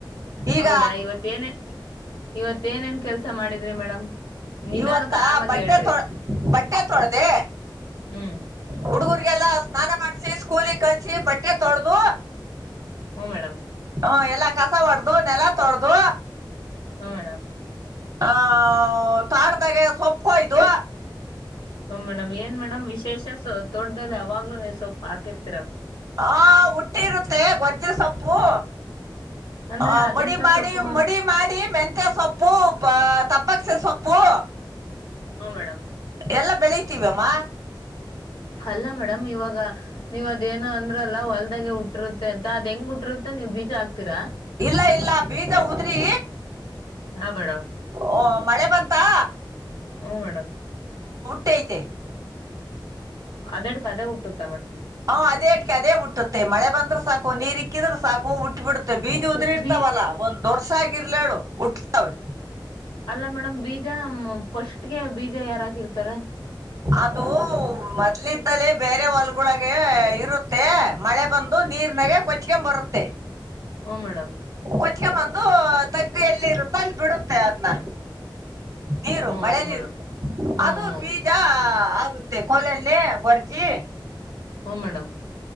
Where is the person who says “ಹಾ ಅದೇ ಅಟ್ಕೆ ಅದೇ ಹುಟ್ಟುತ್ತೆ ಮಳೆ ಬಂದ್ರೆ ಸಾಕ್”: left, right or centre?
Right